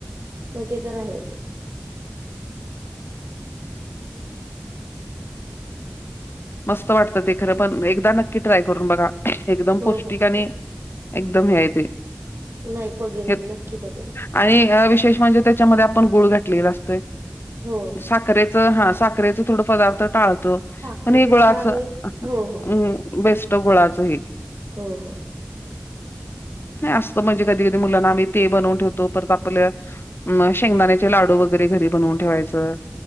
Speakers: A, on the right; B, on the left.
A: नाही ते तर आहे.
B: मस्त वाटतं ते खरं पण एकदा नक्की ट्राय करून बघा एकदम
A: हो
B: पौष्टिक
A: हो हो
B: आणि एकदम हे आहे ते
A: नाही बघेन
B: हे
A: मी नक्की बघेन
B: आणि विशेष म्हणजे त्याच्यामध्ये आपण गुळ घातलेला असतोय
A: हो
B: साखर हम हा साखरेच थोड पदार्थ टाळतो
A: साखरेपेक्षा
B: पण हे गुळाच
A: आणि
B: हम
A: हो हो
B: बेस्ट गुळाचंही
A: हो हो..
B: नाही असतो म्हणजे कधी कधी मुलांना आम्ही ते बनवून ठेवतो परत आपलं म शेंगदाण्याचे लाडू वगैरे घरी बनवून ठेवायचं.